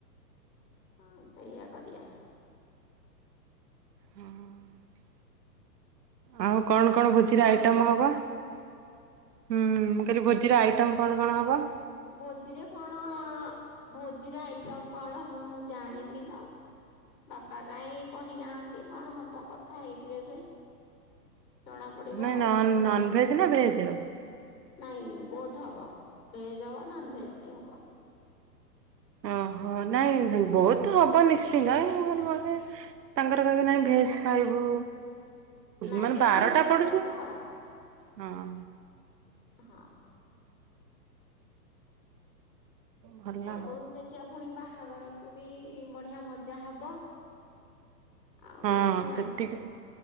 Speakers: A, on the left (about 85°); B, on the right (about 75°).
A: ହଁ ସେଇଆ କରିବା।
B: ହଁ ହଁ। ଆଉ କଣ କଣ ଭୋଜିର
A: ହଁ
B: ଆଇଟମ୍ ହବ? ହୁଁ ମୁଁ କହିଲି ଭୋଜିର ଆଇଟମ୍ କଣ କଣ ହବ?
A: ଭୋଜିରେ କଣ ଭୋଜିର ଆଇଟମ କଣ ହବ ମୁଁ ଜାଣିନି ତ, ବାପା କାହିଁ କହିନାହାନ୍ତି କଣ ହବ କଥା ହେଇଥିବେ ସେ। ଜଣା ପଡିବ
B: ନାଇଁ
A: ଆଉ।
B: ନନ ନନଭେଜ କି ନା ଭେଜ ହବ?
A: ନାଇଁ ବୋଥ ହବ ଭେଜ ହବ ନନ ଭେଜ ବି ହବ।
B: ଓହୋ ନାଇଁ ବହୁତ ହବ ନିଶ୍ଚିନ୍ତ ତାଙ୍କର ବୋଧେ ତାଙ୍କର କହିବେ ନାଇଁ ଭେଜ ଖାଇବୁ
A: ନାଇଁ
B: ମାନେ
A: ସବୁ
B: ବାରଟା
A: ମିଶିକି
B: ପଡୁଛି
A: ହବ ଆଉ।
B: ହଁ।
A: ହଁ।
B: ଭଲ।
A: ଅଉ ଦେଖିବା ପୁଣି ବାହା ବାହାଘରକୁ ବି ବଢିଆ ମଜା ହବ। ଆଉ
B: ହଁ
A: ଏମିତି
B: ସେତିକି,
A: ଆଉ